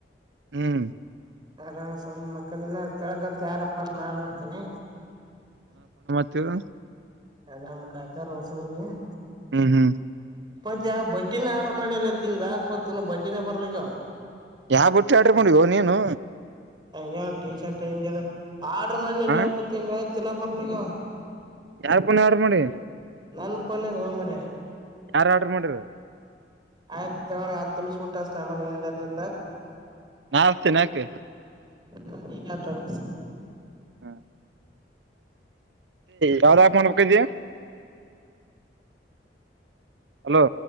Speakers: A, on the right; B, on the right.
A: ಹ್ಮ್.
B: ಆರಾಮ್ ಸುಮ್ ಮಕ್ಕಂದಿನ ಕೆಳಗತ್ ಯಾರಪ್ಪ ಅತ್ ನಾ ನೋಡ್ತೇನಿ.
A: <unintelligible>
B: ಅದ ಕಾಕ್ಕಾರು. <unintelligible>
A: ಹ್ಮ್ ಹ್ಮ್
B: ಮತ್ತ ಯಾವ ಬಟಿನೇ ಆರ್ಡರ್ ಮಾಡ್ಿಲ್ಲಲತ್ ಹಿಂಗ ಆಾಕ್ಪತ್ತನ್ನು ಬಟಿನೇ ಬರ್ಲಿಕ್ಕ
A: ಯಾವ ಬಟ್ಟಿ ಆಡ್ರ ಮಾಡಡಿವೋ ನೀನು
B: ಹಂಗಗೆನ್ ಟೀ ಶರ್ಟ್ ಹೆಿಂಗ ಆರ್ಡ್ರ್ ಮಾಡನಲ್ಲಿ
A: ಹ
B: ಎಪ್ಪತ್ತು ತಿಂಗಯ್ ತಿನ್ನ ಬರ್ಲಿಗೆ
A: ಯಾರ್ ಪುನ ಆಡ್ ಮಾಡಿ
B: ನಾನ ಫೋನ್ ನಾಗ್ ಮಾರಾಯ
A: ಯಾರು ಆರ್ಡರ್ ಮಾಡಿರ
B: ಆಯ ತ ಆಮಿ ಸ್ಫೋಟಲ ಆಮಲೆ ನಟ
A: ನಾವ ತಿನಾಕ್
B: ಹ ನೀ ಯವ ಚೋಪಿಸ್
A: ಹ್ಮ ಯಾವ್ದ ಮಾಡ್ಬೇಕ ಇದ ಹಲೋ